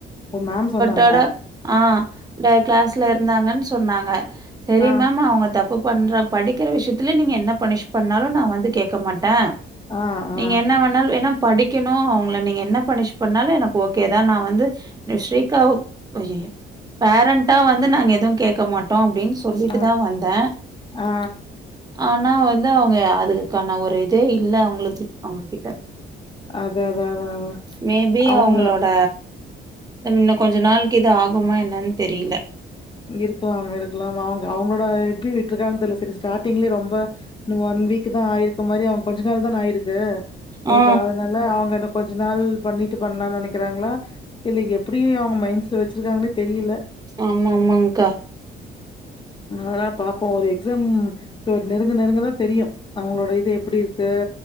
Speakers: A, on the left; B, on the right.
A: ஓ மேம் சொன்னாங்க
B: கட ஆ கிளாஸ்ல இருந்தாங்கன்னு சொன்னாங்க செரி
A: ஆ,
B: மேம் அவங்க த தப்பு பண்ற படிக்கிற விஷயத்துல நீங்க என்ன பனிஷ் பண்ணாலு நா வந்து கேக்க மாட்டே
A: ஆ,
B: நீங்க
A: ஆ,
B: என்ன வேண்ணாலு ஏன்னா படிக் கணு அவங்கள நீங்க என்ன பனிஷ் பண்ணாலு எனக்கு ஓகே தா நா வந்து ஸ்ரீகா் ஒய பேரண்டா வந்து நாங்க எதுவு கேக்க மாட் டோ அப்டின்னு சொல்லிட்டு
A: ஆ,
B: தா வந்தே
A: ஆ.
B: ஆனா வந்து அவங்க அதுக்குக்கான ஒரு இதே இல்ல அவங்களுக்கு அவங்ககிட்ட
A: அதான், அதான், அதான்.
B: மே பி
A: அவங்க
B: அவங்களோட இன்னு கொஞ்ச நாலுக்கு இது ஆகுமா என்னன்னு தெரியல
A: இருக்கலா இருக்கலா அவங்க அவங்களோட எப்டி விட்டு இருக்காங்க தெரில செரி ஸ்டார்டிங்லயே ரொம்ப இன்னு ஒன் வீக் தா ஆயிருக்க மாரி அவன் கொஞ்ச நாள் தா ஆயிருக்கு
B: ஆ
A: ஒரு நாள் அவங்க கொஞ்ச நாள் பண்ணிட்டு பண்லான்னு நெனைக்கிறாங்களா இல்ல எப்டி அவங்க மைண்ட்ஸில் வெச்சுருக்காங்கன்னே தெரியல
B: ஆமா ஆமாங்கா
A: அதா பாப்போம் ஒரு எக்ஸாம் இப்ப நெருங்க நெருங்கதா தெரியு அவங்களோட இது எப்டி இருக்கு